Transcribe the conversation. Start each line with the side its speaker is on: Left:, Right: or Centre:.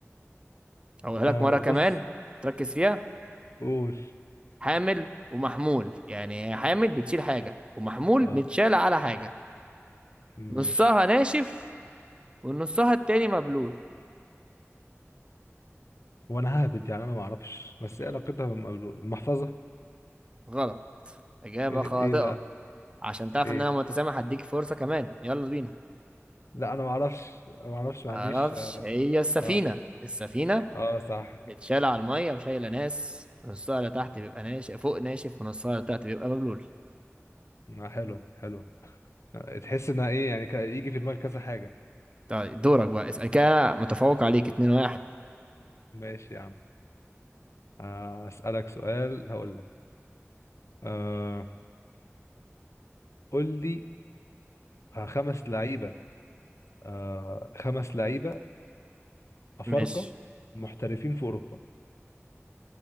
Right: اقولها لك
Left: آه
Right: مرة كمان
Left: بص
Right: تركز فيها
Left: قول
Right: حامل ومحمول يعني هي حامل بتشيل حاجة ومحمول
Left: آه
Right: متشال على حاجة
Left: ماشي
Right: نصها ناشف ونصها التاني مبلول
Left: وأنا ههبد يعني أنا ما أعرفش بس إيه علاقتها بالمقلوب المحفظة
Right: غلط إجابة
Left: إيه
Right: خاطئة
Left: إيه بقى
Right: عشان تعرف
Left: إيه
Right: إن أنا متسامح هديك فرصة كمان يلا بينا
Left: لا أنا ما أعرفش ما أعرفش
Right: معرفش
Left: ما عنديش
Right: هي السفينة
Left: آه
Right: السفينة
Left: آه صح
Right: متشالة على المية وشايلة ناس نصها اللي تحت بيبقى ناشف فوق ناشف ونصها اللي تحت بيبقى مبلول
Left: ما حلو حلو آه، تحس إنها إيه يعني ك- يجي في دماغك كذا حاجة
Right: طيب دورك بقى اسأل كده متفوق عليك اتنين واحد
Left: ماشي يا عم آه، أسألك سؤال هقول لك آه، قول لي آه، خمس لعيبة آه، خمس لعيبة أفارقة
Right: ماشي
Left: محترفين في أوروبا